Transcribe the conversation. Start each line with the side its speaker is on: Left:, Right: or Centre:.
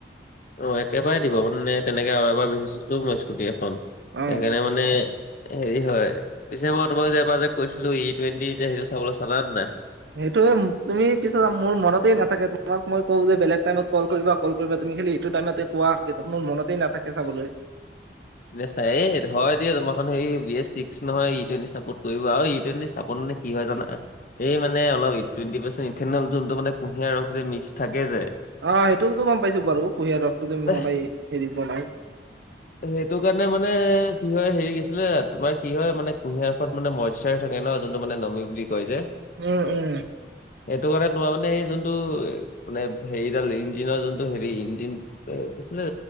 Left: অঁ একেবাৰে দিব মানে তেনেকে আৰু এবাৰ বিচিছোতো মই স্কুটি এখন সেইকাৰণে
Right: অ
Left: মানে হেৰি হয় পিছে মই তোমাক যে এবাৰ যে কৈছিলো ই টুৱেণ্টি যে সেইটো চাবলৈ চালানে নাই?
Right: সেইটোয়ে তুমি পিছত মোৰ মনতে নাথাকে তোমাক মই কওঁ যে বেলেগ টাইমত কল কৰিবা কল কৰিবা তুমি খালি এইটো টাইমতে কোৱাত মোৰ মনতেই নাথাকে চাবলৈ।
Left: নেচাই হয় দিয়া তোমাৰখন হ বি এছ ছিক্স নহয় ই টুৱেণ্টি চাপোৰ্ট কৰিব আৰু ই টুৱেণ্টি আকৌ তাৰ মানে কি হয় জানা। এই মানে অলপ টুৱেণ্টি পাৰ্চেণ্ট ইথেনল যোনটো মানে কুঁহিয়াৰ ৰস যে মিক্স থাকে যে,
Right: অ সেইটোতো গম পাইছো বাৰু কুঁহিয়াৰ ৰখতো যে মিহলাই
Left: এহ,
Right: হেৰি বনাই
Left: সেইটো কাৰণে মানে কি হয় হেৰি গৈছিলে তোমাৰ কি হয় মানে কুঁহিয়াখোৱাত মানে মই থাকে ন যোনটো মানে নমি বুলি কয় যে
Right: উমঁ-উমঁ।
Left: এইটো কাৰণে তোমাৰ মানে সেই যোনটো- মানে হেৰিডাল ইঞ্জিনৰ যোনটো হেৰি ইঞ্জিন এ' কি আছিলে